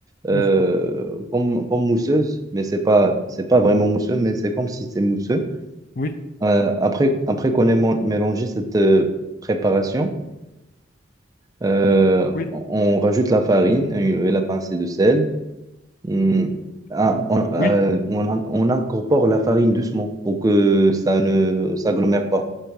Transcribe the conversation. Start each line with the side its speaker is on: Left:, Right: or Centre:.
Right: euh,
Left: Mhm.
Right: comme, comme mousseuse, mais c'est pas, c'est pas vraiment mousseux, mais c'est comme si c'est mousseux.
Left: Oui.
Right: Euh, après, après qu'on ait mon- mélangé cette euh, préparation, euh,
Left: Oui.
Right: on on rajoute la farine et et la pincée de sel. Hum, ah,
Left: Oui.
Right: on, euh, on in- on incorpore la farine doucement pour que ça ne s'agglomère pas.